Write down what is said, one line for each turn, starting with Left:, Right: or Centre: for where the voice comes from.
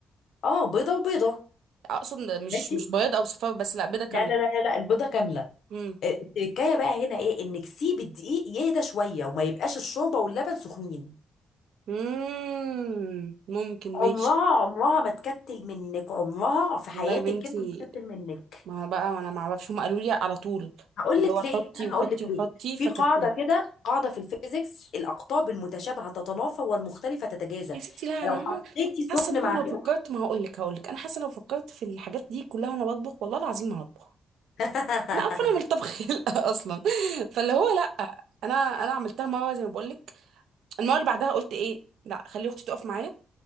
Left: اه بيضه وبيضه
Right: اقصد مش
Left: ماشي
Right: مش بياض او صفار بس لا بيضة كاملة
Left: لا لا لا لا لا، البيضه كامله
Right: امم
Left: اه، التركايه بقى هنا ايه انك سيبي الدقيق يهدى شويه وما يبقاش الشوربه واللبن سخنين
Right: امم ممكن
Left: عمرها
Right: ماشي
Left: عمرها ما تكتل منك عمرها في حياتك
Right: والله يا بنتي
Left: كده ما تكتل منك
Right: ما هو بقى ما انا ما اعرفش هم قالوا لي على طول
Left: هقول
Right: اللي
Left: لك
Right: هو
Left: ليه
Right: حطي
Left: انا
Right: وحطي
Left: هقول لك
Right: وحطي
Left: ليه
Right: فكتلت
Left: في قاعده كده قاعده في الفيزيكس الاقطاب المتشابهه تتنافى والمختلفه تتجاذب
Right: يا ستي لا
Left: فلو
Right: انا
Left: حطيتي
Right: ما-
Left: سخن
Right: حاسه ان
Left: مع
Right: انا لو
Left: سخن
Right: فكرت ما هقول لك هقول لك انا حاسه لو فكرت في الحاجات دي كلها وانا بطبخ والله العظيم ما هطبخ
Left: <laughs>
Right: انا قرفانه من الطبخ <laughs> خلقة اصلا فاللي هو لا انا انا عملتها مره زي ما بقول لك المره اللي بعدها قلت ايه لا خلي اختي تقف معايا